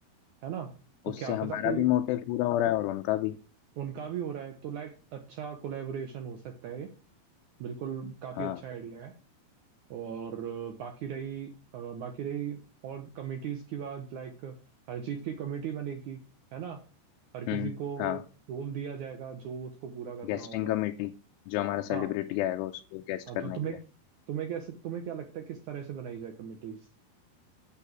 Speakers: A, on the right (about 75°); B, on the left (about 80°).
A: है ना तो
B: उससे
A: क्या
B: हमारा
A: पता कोई
B: भी मोटिव पूरा हो रहा है और उनका भी
A: उनका भी हो रहा है तो लाइक अच्छा कोलेबोरेशन हो सकता है बिल्कुल काफी
B: हाँ
A: अच्छा आइडिया है और अ, बाकी रही अ, बाकी रही और कमिटीज की बात लाइक हर चीज की कमेटी बनेगी है ना हर किसी
B: हम्म
A: को
B: हाँ
A: रोल दिया जाएगा जो उसको पूरा करना
B: गेस्टिंग
A: होगा
B: कमेटी जो हमारा
A: हाँ
B: सेलिब्रिटी आएगा उसको गेस्ट
A: हाँ तो
B: करने
A: तुम्हें
B: के लिए
A: तुम्हें कैसे तुम्हें क्या लगता है किस तरह से बनाई जाए कमिटीज